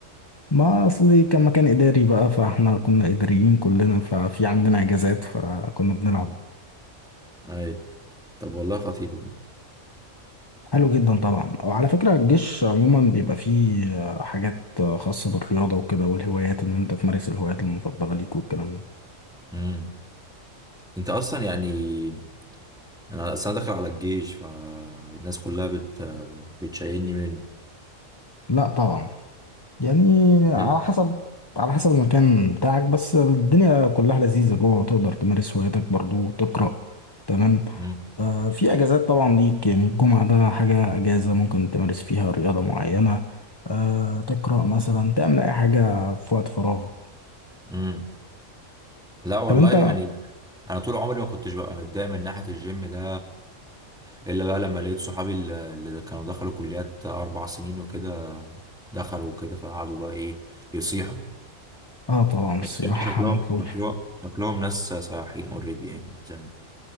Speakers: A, on the left; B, in the centre.
A: ما اصلي كان مكان اداري بقى فاحنا كنا اداريين كلنا ففي عندنا اجازات فكنا بنلعب
B: مم. اي طب والله خطير
A: حلو جدا طبعا وعلى فكرة الجيش عموما بيبقى فيه آه، حاجات آه، خاصة بالرياضة وكده والهوايات ان انت تمارس الهوايات المفضلة ليك والكلام ده
B: امم انت اصلا يعني انا اصلا داخل على الجيش فالناس كلها بت بتشيلني منه
A: لا طبعا يعني على
B: حلو؟
A: حسب على حسب المكان بتاعك بس الدنيا كلها لذيذة جوه تقدر تمارس هواياتك برضو وتقرأ تمام
B: امم
A: آه في اجازات طبعا ليك يعني الجمعة ده حاجة اجازة ممكن تمارس فيها رياضة معينة آه تقرأ مثلا تعمل اي حاجة في وقت فراغك
B: امم لا والله
A: طب انت
B: يعني انا طول عمري ما كنتش ببقى متضايق من ناحيه الجيم ده الا بقى لما لقيت صحابي اللي اللي كانوا دخلوا كليات اربع سنين وكده دخلوا وكده فقعدوا بقى ايه يصيحوا
A: اه طبعا السياحة
B: فالجيم شكلهم
A: مطلوب
B: شكلهم شكلهم ناس صياحين اوريدي يعني من زمان